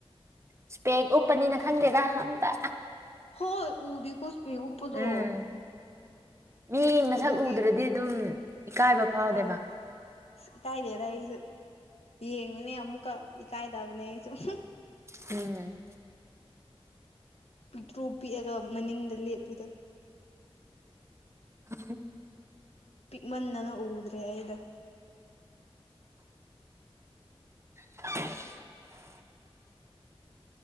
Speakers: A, on the right (about 25°); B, on the left (about 85°).
A: ꯏꯁꯄꯦꯛ ꯎꯞꯄꯅꯤꯅ ꯈꯪꯗꯦꯗ ꯑꯝꯇ
B: ꯍꯣꯏ ꯎꯕꯤ ꯀ ꯄꯤ ꯎꯞꯄꯗꯣ
A: ꯎꯝ ꯃꯤ ꯃꯁꯛ
B: ꯑꯗꯨꯒꯤ
A: ꯎꯗ꯭ꯔꯗꯤ ꯑꯗꯨꯝ ꯏꯀꯥꯏꯕ ꯐꯥꯎꯗꯦꯕ
B: ꯑ ꯏꯀꯥꯏꯗꯦꯅ ꯑꯩꯁꯨ ꯌꯦꯡꯉꯨꯅꯦ ꯑꯃꯨꯛꯀ ꯏꯀꯥꯏꯗꯕꯅꯦ ꯑꯩ ꯁꯨꯝ
A: ꯍꯝ
B: ꯄꯤꯛꯇ꯭ꯔꯨ ꯄꯤꯛꯑꯒ ꯃꯅꯤꯡꯗ ꯂꯦꯞꯄꯤꯗ
A: ꯍ
B: ꯄꯤꯛꯃꯟꯅꯅ ꯎꯗ꯭ꯔꯦ ꯑꯩꯗ
A: <inaudible>